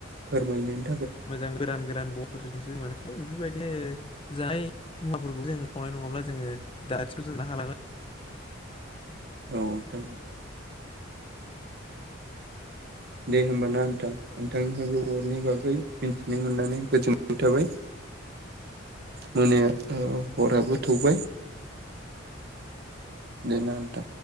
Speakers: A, on the right; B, on the left.
A: फोरमायनो
B: मोजां गोरान गोरान बफोरजोंसो मोनो बेफोर बायदि जाय मुवाफोरखौ जों संनाय नङाब्ला जोङो दा आथिखालाव हालाङो
A: औ नोंथां दे होमबाना नोंथां नोंथांनिफ्राय बे अरनि बागै मिथिनो मोननानै गोजोननाय थाबाय।
B: <inaudible>
A: मोनाया ओ हराबो थौबाय दे ना नोंथा